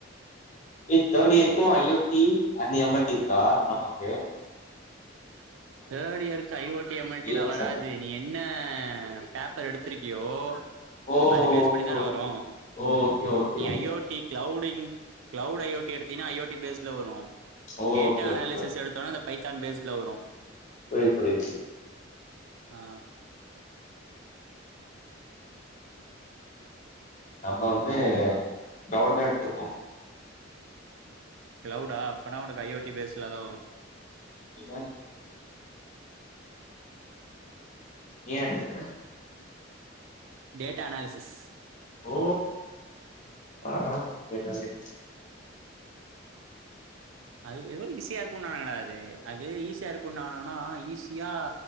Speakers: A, on the left; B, on the right.
A: ஹே தேர்ட் இயர்கு ஐ ல் பி அஞ்சு ம்மல்ட்டி இருக்கா நமக்கு
B: தேர்ட் இயருக்கு ஐஓட்டி எம்எல்ட்டி
A: ஈவென்ட்
B: எல்லாம் வராது
A: சென்டர்
B: நீ என்ன பேப்பர் எடுத்திருக்கியோ
A: ஓ
B: அது பேஸ்
A: ஓகே
B: பண்ணி தானே
A: ஓகே
B: வரும்
A: ஓ ஓகே ஓகே
B: நீ
A: okay
B: IoT cloud <unintelligible> cloud I O T எடுத்தின்னா ஐ ஓ டி பேஸ் இல வரும்
A: ஓ
B: டேட்டா
A: ஓகே
B: அனாலிசிஸ்
A: ஓகே
B: எடுத்தோன பைத்தான் பேஸ்ல வரும்
A: புரிது புரிது புரிது
B: ஆ
A: நம்ம வந்து க்ளவுட்ல எடுத்திருக்கோம்
B: கிளவுடா அப்பனா உனக்கு ஐ ஓ டி பேஸ்ல தான் வரும்
A: நீங்க நீ என்ன எடுத்திருக்க
B: டேட்டா அனாலிசிஸ்
A: ஓ பார்றா ஓகே
B: அது ஏதோ ஈஸியா இருக்கும் நானுங்கடா அது அது ஈஸியா இருக்கும் நானுங்கனா ஈஸியா